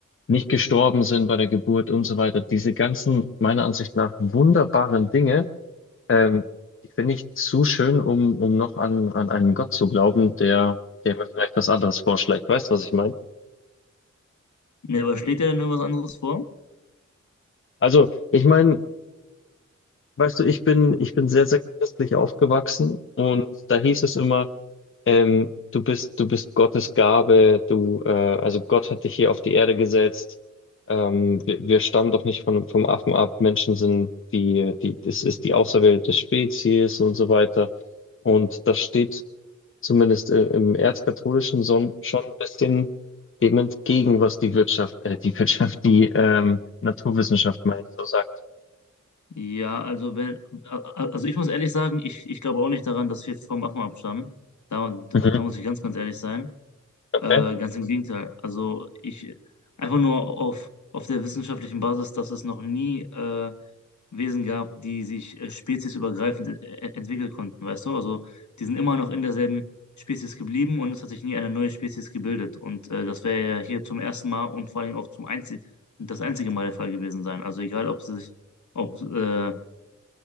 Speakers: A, on the left (about 45°); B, on the left (about 75°).
A: nicht gestorben sind bei der Geburt und so weiter. Diese ganzen, meiner Ansicht nach, wunderbaren Dinge, ähm, die finde ich zu schön, um, um noch an, an einen Gott zu glauben, der, der mir vielleicht was anderes vorschlägt. Weißt du, was ich meine?
B: Ne, aber schlägt er denn irgendwas anderes vor?
A: Also, ich meine, weißt du, ich bin, ich bin sehr, sehr christlich aufgewachsen und da hieß es immer, ähm, du bist, du bist Gottes Gabe, du, äh, also Gott hat dich hier auf die Erde gesetzt. Ähm, wir, wir stammen doch nicht von, vom Affen ab. Menschen sind die, die, das ist die auserwählte Spezies und so weiter. Und das steht zumindest äh, im Erzkatholischen so, schon ein bisschen dem entgegen, was die Wirtschaft, äh, die Wirtschaft, die ähm, Naturwissenschaft, meine ich, so sagt.
B: Ja, also wenn, a- a- also ich muss ehrlich sagen, ich, ich glaube auch nicht daran, dass wir vom Affen abstammen. Da, da
A: Mhm.
B: muss ich ganz, ganz ehrlich sein.
A: Okay.
B: Äh, ganz im Gegenteil. Also ich einfach nur auf, auf der wissenschaftlichen Basis, dass es noch nie äh, Wesen gab, die sich äh, speziesübergreifend e- e- entwickeln konnten, weißt du? Also die sind immer noch in derselben Spezies geblieben und es hat sich nie eine neue Spezies gebildet. Und äh, das wäre ja hier zum ersten Mal und vor allem auch zum einzig das einzige Mal der Fall gewesen sein. Also egal, ob sie sich, ob äh,